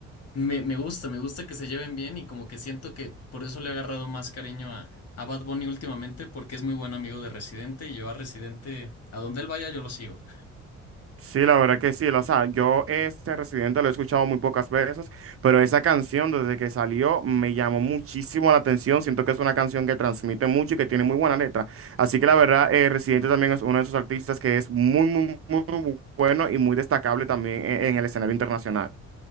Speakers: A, on the left; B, on the right.
A: me, me gusta, me gusta que se lleven bien y como que siento que por eso le he agarrado más cariño a... A Bad Bunny últimamente porque es muy buen amigo de Residente y yo a Residente, a donde él vaya yo lo sigo.
B: Sí, la verdad que sí. O sea, yo este Residente lo he escuchado muy pocas veces, pero esa canción desde que salió me llamó muchísimo la atención. Siento que es una canción que transmite mucho y que tiene muy buena letra. Así que la verdad, eh, Residente también es uno de esos artistas que es muy, muy, muy, muy bueno y muy destacable también en en el escenario internacional.